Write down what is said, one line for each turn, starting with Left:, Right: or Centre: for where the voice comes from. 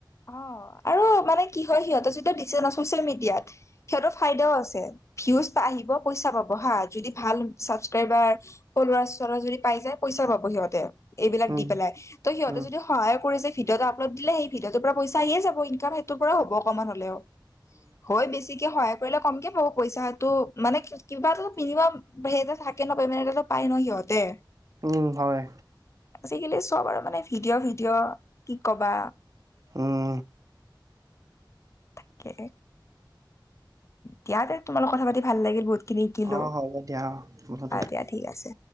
Left: অ, আৰু মানে কি হয় সিহঁতে যিটো দিছে ন ছচিয়েল মিডিয়াত। সিহঁতৰ ফাইদাও আছে ভিউজ বা আহিব পইচা পাব হা, যদি ভাল ছাবস্ক্ৰাইবাৰ সৰু ল'ৰা ছোৱালী যদি পাই যায়, পইচা পাব সিহঁতে এইবিলাক
Right: উম
Left: দি পেলাই। ত' সিহঁতে
Right: উম
Left: যদি সহায় কৰিছে ভিডিঅ' এটা আপলড দিলে। সেই ভিডিঅ'টো টো পৰা পইচা আহিয়ে যাব, ইনকাম সেইটো পৰা হব অকমাণ হলেও। হয় বেছিকে সহায় কৰিলে কম কে পাব পইচাটো। মানে কিবাটো মিনিমাম সেইটো থাকে ন, পেমে নেনতো পাই ন সিহঁতে?
Right: উম, হয়।
Left: আজিকালি চব আৰু মানে ভিডিঅ' ভিডিঅ', কি ক'বা?
Right: উম।
Left: <unintelligible> দিয়া তে তোমালোকত কথা পাতি ভাল লাগিল, বহুত খিনি শিকিলো।
Right: অ হ'ব দিয়া অ
Left: আহ দিয়া, ঠিক আছে।